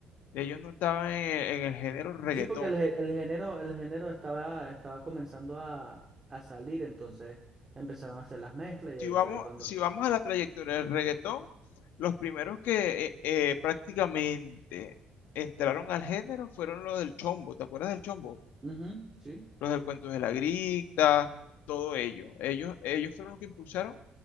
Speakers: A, on the left; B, on the right.
A: Ellos no estaban en, en el género reggaetón.
B: sí, porque el, gé- el género, el género estaba, estaba comenzando a, a salir, entonces empezaron a hacer las mezclas y
A: si
B: ahí
A: vamos,
B: fue cuando.
A: si vamos a la trayectoria del reggaetón, los primeros que eh, eh, prácticamente entraron al género fueron los del chombo, ¿te acuerdas del chombo?
B: Ujú, sí,
A: Los del cuento de la grita, todo ello. Ellos, ellos fueron los que impulsaron